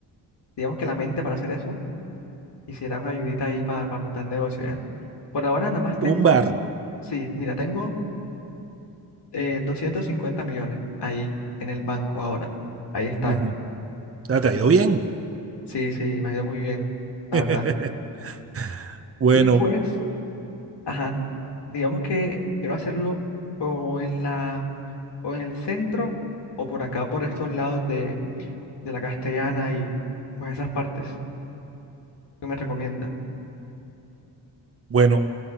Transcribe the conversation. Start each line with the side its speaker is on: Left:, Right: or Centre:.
Left: digamos que la mente para hacer eso, quisiera una ayudita ahí para, para montar negocio, ¿ya? Por ahora nada más tengo,
Right: Un bar.
Left: sí, mira, tengo eh, 250 millones ahí en el banco ahora. Ahí están.
Right: Ujú. Ah, ¿Te ha ido bien?
Left: Sí, sí, me ha ido muy bien, la
Right: <laughs>
Left: verdad.
Right: Bueno,
Left: Y pues, ajá, digamos que quiero hacerlo o en la, o en el centro o por acá, por estos lados de, de la Castellana y pues esas partes. ¿Qué me recomienda?
Right: bueno,